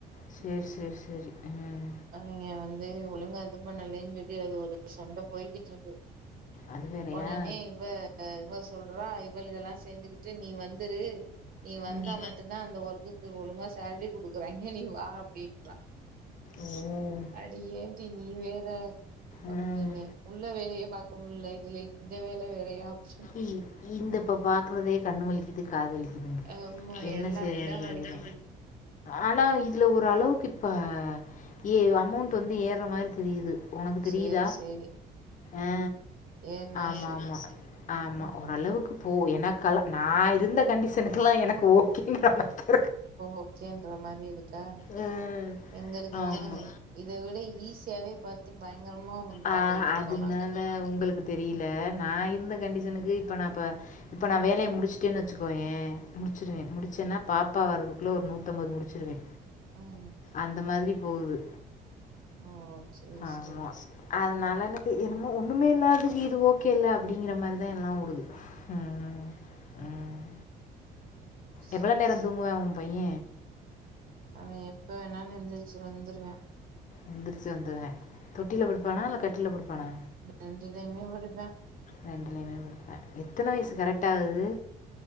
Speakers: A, on the left (about 50°); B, on the right (about 60°).
A: சேரி சேரி சேரி ம்
B: நீங்க வந்து ஒழுங்கா இது பண்ணலன்னு சொல்லி அது ஒரு சண்ட போய்க்கிட்டு இருக்கு
A: அது வேறயா
B: ஒடனே இவ இவ சொல்றா இவள்கள்லா சேந்துக்கிட்டு நீ வந்துரு நீ வந்தா
A: ம்
B: மட்டுந்தா அந்த ஒர்க்குக்கு ஒழுங்கா சேல்ரி குடுக்குறாங்க நீ வா அப்டின்றா
A: ம்
B: அடி ஏன்டி நீ வேற
A: ம்
B: அப்டின்னே உள்ள வேலையே பாக்க முட் ல இதுல இந்த வேல வேறயா அப்டினு
A: இ இந்த இப்போ பாக்கறதே கண் வலிக்குது காது வலிக்கு ம்
B: ஆமா
A: என்ன
B: எல்லா
A: செய்றது
B: தா வலிக்குது
A: ஆனா இதுல ஓரளவுக்கு இப்ப ஏ அமௌண்ட் வந்து ஏறுற மாரி தெரியுது ஒனக்கு தெரியுதா
B: சேரி சேரி
A: ஆ
B: ஏன்னா
A: ஆமா
B: செரி
A: ஆமா ஆமா
B: ம்
A: ஓரளவுக்கு போ எனக்கு கல நா இருந்த கண்டிஷனுக்கெல்லா எனக்கு ஓகேன்றளவுக்கு
B: ஓகேன்ற மாரி இருக்கா
A: ஓ ஓகே ஓகே
B: எங்களுக்கெல்லா
A: ஆ ஆமா
B: இத விட ஈஸியாவே பாத்து பயங்கரமா
A: ஆ
B: பாத்துக்கிட்டு இருந்தோ
A: அதுனால
B: நாங்க
A: உங்களுக்கு தெரியல நா இருந்த கண்டிஷனுக்கு இப்ப நா இப்ப இப்ப நா வேலைய முடிச்சுட்டேன்னு வச்சுக்கோயே முடிச்சிருவே முடிச்சேன்னா பாப்பா வர்றதுக்குள்ள ஒரு நூத்தம்பது முடிச்சிருவே
B: ம்
A: அந்த மாதிரி போவுது
B: ஓ சேரி
A: ஆமா
B: சேரி
A: அதனால எனக்கு என்னமோ ஒன்னுமே இல்லாதது இது ஓகே இல்ல அப்டிங்கிற மாரிதா எல்லா விடுது ம் ம்
B: சேரி
A: எவ்வளோ நேர தூங்குவா ஒ பைய
B: அவ எப்ப வேணாலு எந்துரிச்சு வந்துருவா
A: எந்துருச்சு வந்துருவா தொட்டில படுப்பானா இல்ல கட்டில்ல படுப்பானா
B: ரெண்டுலையுமே படுப்பா
A: ரெண்டுலயுமே படுப்பா எத்தன வயசு கரெக்ட்டா ஆகுது